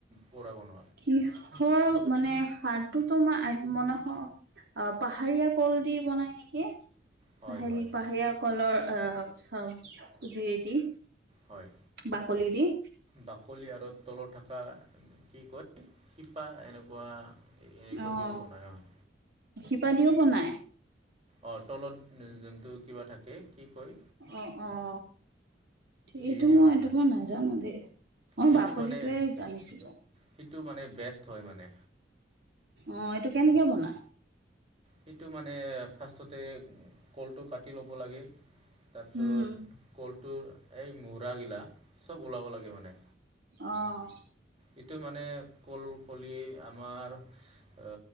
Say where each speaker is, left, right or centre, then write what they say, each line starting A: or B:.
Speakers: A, on the right; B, on the right.
A: পৰা বনা
B: কিহৰ মানে সাৰটোতো মই মানে অ' পাহাৰীয়া কল কলদি বনাই নেকি।
A: হয়
B: পাহৰী
A: হয়
B: পাহাৰীয়া কলৰ আ' চব ৰেদি
A: হয়।
B: বাকলি দি।
A: বাকলি আৰু তলত থকা কি কয়, শিপা এনেকুৱা এনেকুৱা
B: অঁ,
A: দিও বনাই হয়।
B: শিপা দিওঁ বনাই।
A: অঁ, তলত যোনটো কিবা থাকে কি কয়।
B: অ', অ'। এইটো
A: এৰিও
B: মই
A: বনাই
B: এইটো মই নাজানো দেই মই
A: সেইটো
B: বাকলিটোৱে
A: মানে
B: জানিছিলো।
A: সেইটো মানে বেষ্ট হয় মানে।
B: অঁ, এইটো কেনেকে বনাই।
A: সেইটো মানে ফাৰ্ষ্টতে কলটো কাটি লব লব লাগে তাৰপিছত
B: উম।
A: কলটো এই মুৰা গিলা চব ওলাবা লাগে মানে।
B: অঁ',
A: এইটো মানে কল কলি আমাৰ অ'